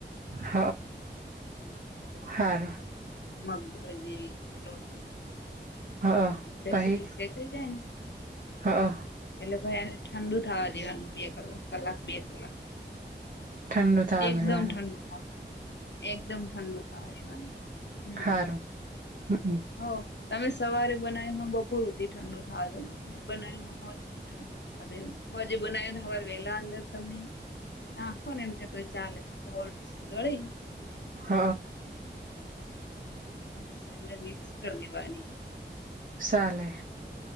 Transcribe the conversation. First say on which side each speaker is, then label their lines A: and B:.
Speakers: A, on the right; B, on the left.
A: હ હારુ
B: મગદળ <inaudible>
A: હા
B: લે
A: પહી
B: સુરી શે તે જાય ને
A: હા
B: એટલે ભાઈ આને ઠંડુ થવા દેવાનું બે કલાક કલાક બે કલાક
A: ઠંડુ થાવા
B: એકદમ
A: મેળવાનું
B: ઠંડુ થાવ એકદમ ઠંડુ થવા દેવાનું હમ
A: હારું હમ
B: હ. તમે સવારે બનાવ હો બપોર હુધી ઠંડુ થવા દો બપોરે બનાય્યું હોય ઠંડુ થવા દે હજ <unintelligible> વેલા અંદર તમે નાખો ને એમ કેતોય ચાલે ખોટ દળી
A: હ.
B: અને પસંદ અંદર મિક્સ કર દેવાની
A: સાલે.